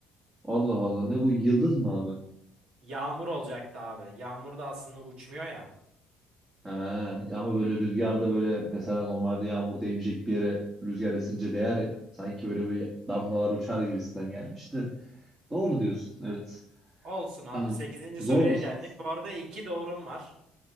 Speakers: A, on the right; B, on the right.
A: Allah Allah ne bu yıldız mı abi?
B: Yağmur olacaktı abi. Yağmur da aslında uçmuyor ya.
A: Ha, ya ama böyle rüzgarda böyle mesela normalde yağmur değmeyecek bir yere rüzgar esince değer ya. Sanki böyle bir damlalar uçar gibisinden gelmişti. Doğru diyorsun evet.
B: Olsun abi.
A: Tamam.
B: Sekizinci
A: Zoruz.
B: soruya geldik. Bu arada iki doğrum var.